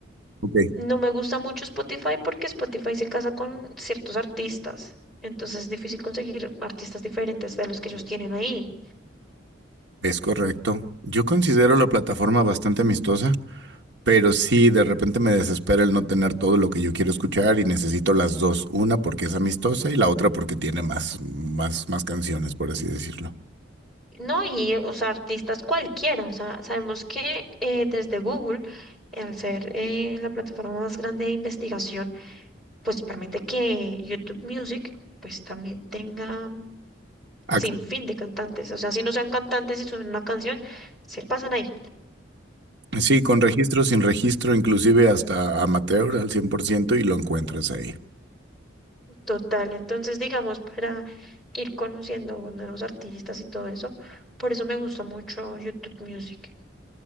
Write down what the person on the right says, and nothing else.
Ok.
Es correcto. Yo considero la plataforma bastante amistosa. Pero sí, de repente me desespera el no tener todo lo que yo quiero escuchar y necesito las dos, una porque es amistosa y la otra porque tiene más, más, más canciones, por así decirlo.
Ac-
Sí, con registro, sin registro, inclusive hasta amateur al 100% y lo encuentras ahí.